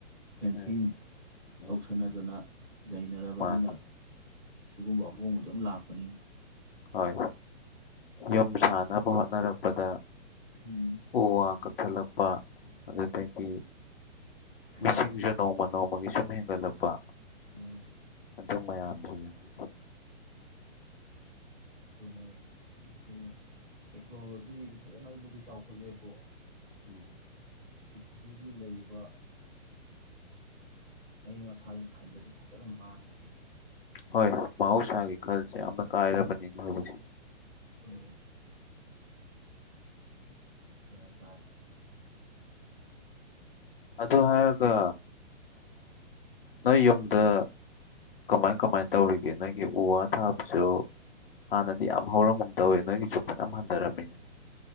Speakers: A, in the centre; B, on the left.
A: ꯐꯦꯟꯁꯤꯡ
B: ꯎꯝ ꯎꯝ
A: ꯇꯧꯁꯟꯅꯗꯨꯅ ꯂꯩꯅꯔꯕꯅꯤꯅ
B: ꯃꯥꯅꯤ
A: ꯁꯤꯒꯨꯝꯕ ꯑꯍꯣꯡꯕꯗꯣ ꯑꯗꯨꯝ ꯂꯥꯛꯄꯅꯤꯅ
B: ꯍꯣꯏ ꯌꯨꯝ ꯁꯥꯟꯅꯕ ꯍꯣꯠꯅꯔꯛꯄꯗ
A: ꯎꯝ
B: ꯑꯣ ꯋꯥ ꯀ ꯊꯠꯂꯛꯄ ꯑꯗꯨꯗꯒꯤ
A: ꯎꯝ
B: ꯃꯤꯁꯤꯡꯖꯅꯣꯡꯃ ꯃꯒꯤꯁꯨꯨꯝ ꯃꯦꯒꯂ ꯄꯥ
A: ꯎꯝ
B: ꯑꯗꯨ ꯃꯌꯥꯝ ꯐ
A: ꯑꯗꯨ ꯇꯦꯛꯦꯛꯅꯣꯂꯣꯖꯤ ꯐꯖꯅ ꯑꯗꯨꯕꯨꯗꯤ ꯆꯥꯎꯈꯠꯂꯦꯕꯣ
B: ꯎꯝ
A: ꯄꯊꯒꯤ ꯂꯩꯔꯤꯕ ꯑꯌꯪ ꯑꯁꯥꯒꯤ ꯈꯟꯗꯗꯤ ꯐꯖꯅ ꯃꯥꯡꯉꯤꯍꯦ
B: ꯍꯣꯏ ꯃꯍꯧꯁꯥꯒꯤ ꯈꯜꯁꯦ ꯌꯥꯝꯅ ꯀꯥꯏꯔꯕꯅꯤꯅ ꯍꯧꯖꯤꯛꯁꯦ
A: ꯎꯝ ꯌꯥ
B: ꯑꯗꯨ ꯍꯥꯏꯔꯒ ꯅꯣꯏ ꯌꯨꯝꯗ ꯀꯃꯥꯏ ꯀꯃꯥꯏ ꯇꯧꯔꯤꯒꯦ ꯅꯣꯏꯒꯤ ꯎ ꯋꯥ ꯊꯥꯕꯁꯨ ꯍꯥꯟꯅꯗꯤ ꯌꯥꯝ ꯍꯧꯔꯝꯒꯨꯝ ꯇꯧꯋꯦ ꯅꯣꯏꯒꯤꯁꯨ ꯐꯅ ꯍꯟꯊꯔꯝꯃꯤꯅꯦ